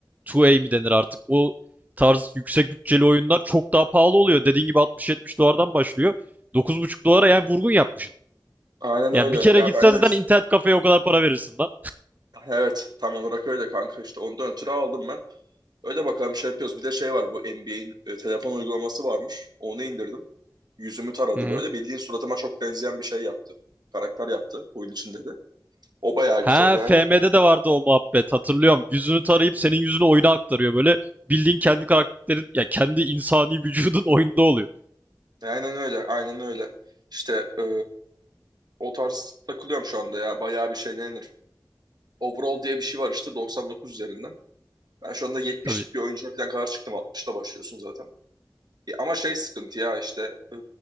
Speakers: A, on the right; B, on the right.
A: 2A mi denir artık. O tarz yüksek bütçeli oyunlar çok daha pahalı oluyor. Dediğin gibi altmış, yetmiş dolardan başlıyor. Dokuz buçuk dolara yani vurgun yapmışsın.
B: Aynen
A: Yani
B: öyle.
A: bir kere
B: Ya
A: gitsen
B: ben de
A: zaten
B: işte
A: internet kafeye o kadar para verirsin lan.
B: evet tam olarak öyle kanka işte ondan ötürü aldım ben. Öyle bakalım şey yapıyoruz. Bir de şey var bu NBA'in telefon uygulaması varmış. Onu indirdim. yüzümü taradı
A: Hı hı.
B: böyle. Bildiğin suratıma çok benzeyen bir şey yaptı. Karakter yaptı oyun içinde de. O bayağı
A: Ha
B: güzel yani.
A: FM'de de vardı o muhabbet hatırlıyorum. Yüzünü tarayıp senin yüzünü oyuna aktarıyor böyle. Bildiğin kendi karakterin ya kendi insani vücudun <laughs> oyunda oluyor.
B: Aynen öyle, aynen öyle. İşte e, o tarz takılıyorum şu anda ya. Bayağı bir şey ne denir? Overall diye bir şey var işte 99 üzerinden. Ben şu anda 70'lik
A: Tabii.
B: bir oyuncuya falan kadar çıktım. 60'la başlıyorsun zaten. E, ama şey sıkıntı ya işte e,